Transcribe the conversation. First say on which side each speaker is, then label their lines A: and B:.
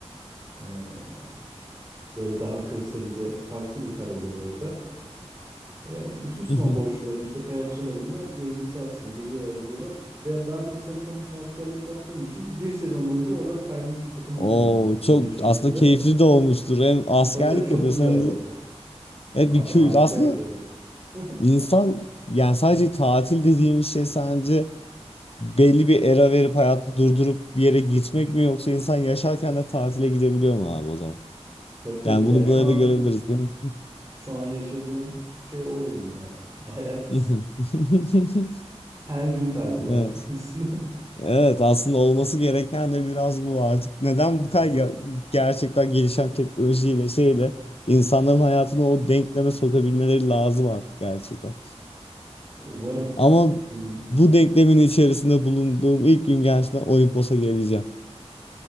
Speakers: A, on the right (about 25°); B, on the left (about 60°).
A: E, böyle daha kristalize farklı bir kar oluyor orada. E, bütün snowboardçuların
B: <laughs>
A: işte kayakçıların da gözdesi aslında geliyorlar gidiyorlar. Ben, ben de Sarıkamış'ta askerlik yaptığım için bir sezon boyunca orada kayma fırsatım oldu
B: Oo,
A: yani
B: çok
A: ilginç bir
B: aslında
A: şekilde.
B: keyifli de olmuştur. Hem askerlik
A: Tabii tabii çok
B: yapıyorsun
A: güzeldi.
B: hem de evet
A: Abi
B: bir kö-
A: harikaydı.
B: Aslında
A: <laughs>
B: insan yani sadece tatil dediğimiz şey sence belli bir era verip hayatı durdurup bir yere gitmek mi yoksa insan yaşarken de tatile gidebiliyor mu abi o zaman?
A: Tabii tabii
B: Yani bunu
A: ya şu
B: böyle
A: an
B: de görebiliriz değil mi?
A: şu an yaşadığım şey o benim ya. <laughs> Hayat
B: <laughs>
A: her gün tatil
B: Evet.
A: anlıyorsun.
B: Evet aslında olması gereken de biraz bu artık. Neden
A: <laughs>
B: bu kadar ya- gerçekten gelişen teknolojiyle şeyle insanların hayatını o denkleme sokabilmeleri lazım artık gerçekten.
A: Umarım
B: Ama
A: gün
B: bu denklemin içerisinde bulunduğum ilk gün gerçekten Olimpos'a geleceğim.